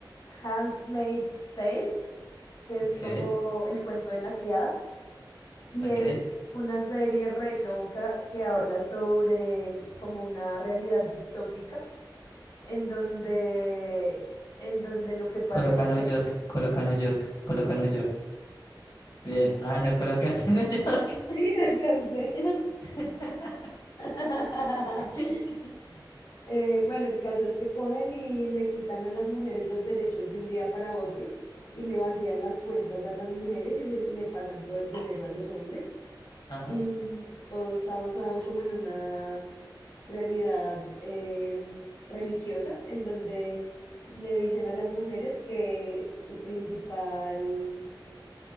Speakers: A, on the left; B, on the left.
A: Handmaid's Tale. que es
B: Ok,
A: como El cuento de la criada y
B: ok.
A: es una serie re loca que habla sobre como una realidad distópica en donde en donde lo que pasa
B: Coloca
A: es que
B: New York, coloca New York, coloca New York. Bien. Ah, no colocaste <laughs> New York.
A: <laughs> Sí, alcancé.
B: <laughs>
A: <laughs>
B: <laughs>
A: Eh, bueno, el caso es que cogen y le quitan a las mujeres los derechos de un día para otro y le vacían las cuentas a las mujeres y se- le pasan todo el dinero a los hombres.
B: Ajá.
A: y todo está basado como en una realidad eh, religiosa, en donde le dicen a las mujeres que su principal